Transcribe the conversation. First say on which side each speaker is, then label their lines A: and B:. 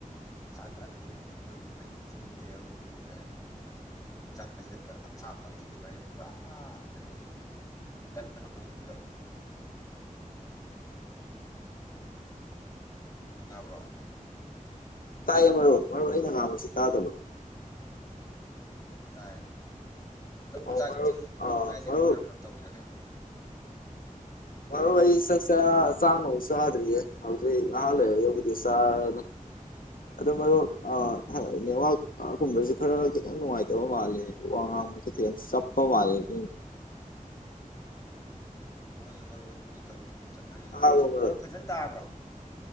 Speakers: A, on the left; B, on the left.
A: ꯁꯥꯔꯥ ꯀꯥꯟꯗꯗꯤ ꯐꯩꯖꯨꯞꯁꯨ ꯁꯨꯞꯅꯤꯡꯗꯦ ꯑꯩꯈꯣꯢꯒꯤ ꯀꯔꯤ ꯍꯥꯢꯅꯤ ꯎꯟꯁꯥꯁꯤꯗ ꯑꯁꯥꯕ ꯑꯃ ꯊꯦꯡꯕꯗ ꯀꯔꯤ ꯍꯥꯢꯅꯤ ꯄꯨꯔꯥ ꯂꯥꯢꯃꯟ ꯍꯧꯅꯤꯡꯕꯤꯗꯣ ꯇꯥꯕ꯭ꯔꯣ
B: ꯇꯥꯢꯌꯦ ꯃꯔꯨꯞ ꯃꯔꯨꯞ ꯑꯩꯅ ꯉꯥꯡꯕꯁꯤ ꯇꯥꯗꯕ꯭ꯔꯣ
A: ꯇꯥꯔꯦ ꯃꯔꯨꯞ
B: ꯑꯣ
A: ꯆꯥꯛ ꯏꯁꯤꯡ
B: ꯑꯥ
A: ꯆꯥꯛ ꯏꯁꯤꯡ
B: ꯃꯔꯨꯞ
A: ꯀꯔꯝ ꯀꯔꯝ ꯇꯧꯕꯤꯔꯒꯦ
B: ꯃꯔꯨꯞ ꯑꯩ ꯆꯥꯛꯆꯥ ꯆꯥꯛ ꯅꯨꯡ ꯆꯥꯗ꯭ꯔꯤꯌꯦ꯫ ꯍꯧꯖꯤꯛ ꯉꯥꯏꯍꯥꯛ ꯂꯩꯔꯒꯕꯨꯗꯤ ꯆꯥꯔꯅꯤ꯫ ꯑꯗꯨ ꯃꯔꯨꯞ ꯅꯦꯠꯋꯥꯛ ꯑꯀꯣꯟꯕꯩꯁꯦ ꯈꯔ ꯈꯤꯇꯪ ꯅꯨꯡꯉꯥꯏꯇꯕ ꯃꯥꯜꯂꯦ ꯋꯥ ꯉꯥꯡꯕꯗ ꯈꯤꯇꯪ ꯆꯞꯄ ꯃꯥꯜꯂꯦ ꯑꯗꯨ
A: ꯍꯣꯏꯅꯦ ꯃꯔꯨ ꯑꯗꯨꯅꯤ ꯇꯧꯔꯤꯁꯦ ꯉꯁꯥꯢꯗꯩꯪ ꯅꯦꯠꯋꯥꯛꯁꯦ꯫ꯃꯔꯨꯞ
B: ꯇꯥꯔꯕꯣ ꯃꯔꯨꯞ
A: ꯐꯖꯅ ꯇꯥꯕ꯭ꯔꯣ